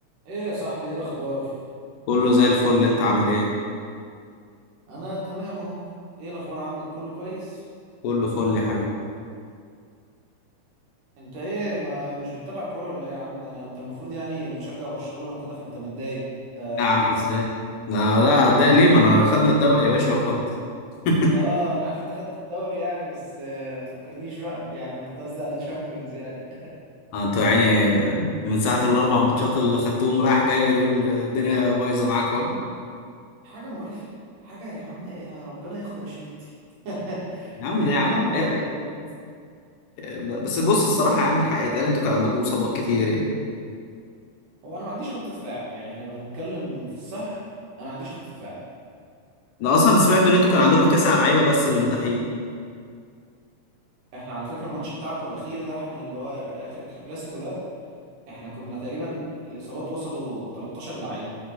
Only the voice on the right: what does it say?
ايه يا صاحبي ايه الاخبار
انا تمام اهو ايه الاخبار عندك كله كويس
انت ايه ما مش بتتابع كوره ولا ايه يا عم ده انا انت المفروض يعني بتشجع برشلونه وكده فانت متضايق ده
ايه بقى
انا يعني
انت اه انا عارف انت خدت الدوري يعني بس آه، ما تفكرنيش بقى يعني انا كنت قصدي على الشامبيونز يعني
<laughs> حاجه مقرفه حاجه يا عم ايه يا ربنا ياخد انشيلوتي <laughs>
جايب
لنا
مرار
بجد.
هو انا ما عنديش خط دفاع يعني احنا لو هنتكلم في الصح انا ما عنديش خط دفاع
احنا على فكرة الماتش بتاعكم الأخير ده احنا اللي هو ال- آخر كلاسيكو ده احنا كنا تقريبا الإصابات وصلوا 13 لعيب